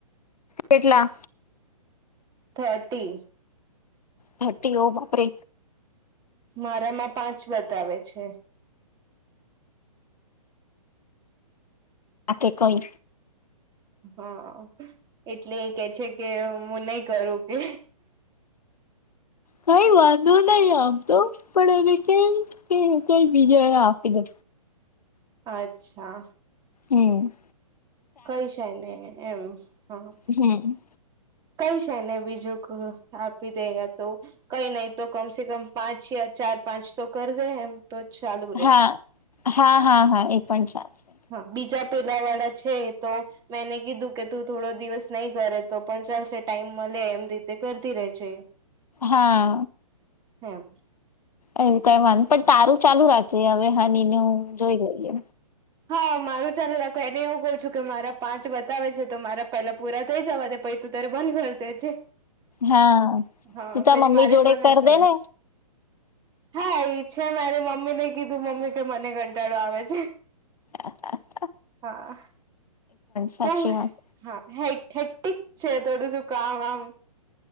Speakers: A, on the left; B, on the right.
A: કેટલા
B: થર્ટી
A: થર્ટી ઓ બાપરે
B: મારા માં પાંચ બતાવે છે.
A: આકે કઈ
B: હા એટલે કે છે કે હું નહી કરું કે.
A: કઈ વાંધો નહી આમ તો પણ હવે કે કે કઈ બીજા આપી દે.
B: અચ્છા
A: હું
B: કઈ શાય નને એમ હ
A: હમ
B: કઈ છે ને બીજું આપી દે તો કઈ નહીં તો કમસે કમ પાંચ યા ચાર પાંચ તો કર દે એમ તો ચાલુ રહે.
A: હા હા હા હા એ પણ ચાલ છે.
B: હા બીજા પેલા વાળા છે તો મેં એને કીધું કે તું થોડો દિવસ નહી કરે તો પણ ચાલશે ટાઈમ મળે એમ રી તે કરતી રહેે છે
A: હા
B: હેમ.
A: એવું કઈ વાંધ પણ તારું ચાલુ રાખજે હવે હની નુ જોઈ લઈએ.
B: હા મારું ચાલે રાખો એને એવું કઉ છું કે મારા પાંચ બતાવે છે તો મારા પેલા પૂરા થઈ જવા દ પૈસા તું ત્યારે બંધ કર દે છે
A: હા
B: હા
A: તું
B: પછી
A: તાર મમ્મી
B: મારે
A: જોડે
B: કોના
A: કર
B: જોડે
A: દે ને
B: હા ઈ છે ને મારે મમ્મી ને કીધું મમ્મી કે મને કંટાળો આવે છે.
A: હા હા
B: હા
A: સાચી
B: ઓ
A: વાત
B: હા હે હેક્ટિક છે થોડું શું કામ આમ.